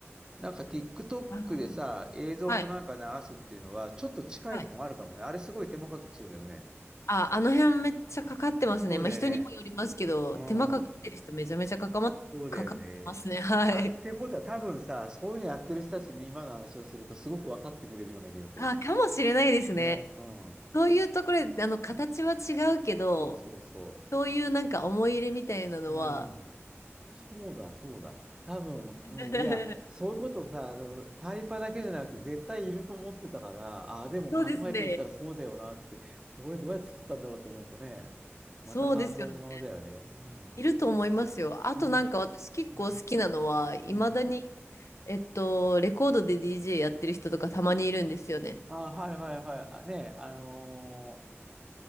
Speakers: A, on the right; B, on the left.
A: なんか TikTok
B: あ
A: でさ、映像となんか流すっていうのは、
B: はい。
A: ちょっと近いもんあるかもね。
B: はい。
A: あれすごい手間かけてそうだよね。
B: あ、あの辺めっちゃかかってますね。
A: そうだよね。
B: まあ人にもよりますけど、
A: うん。
B: 手間かかってる人めちゃめちゃかかま、
A: そうだよね。
B: かかってますね。はい。
A: あ、ってことは多分さ、そういうのやってる人たちに今の話をするとすごく分かってくれるような気がする。
B: あ、かもしれないですね。
A: ね。うん。
B: そういうところで、あの、形は違うけど、
A: そうそうそう。
B: そういうなんか思い入れみたいなのは、
A: うん。そうだ、そうだ。多分、
B: <laughs>
A: うん。いや、そういうことをさ、あのタイパだけじゃなくて絶対いると思ってたから、ああ、でも考えてみたらそうだよなって、
B: そうですね。
A: これどうやって作ったんだろうと思うとね、
B: そうですよね。
A: また感動ものだよね。うん、
B: いると思いますよ。
A: そ
B: あとなんか私結構好きなのは、
A: う。ね。うん。
B: いまだに、
A: うん。
B: えっと、レコードで DJ やってる人とかたまにいるんですよね。
A: あ、はいはいはい。あね、あのー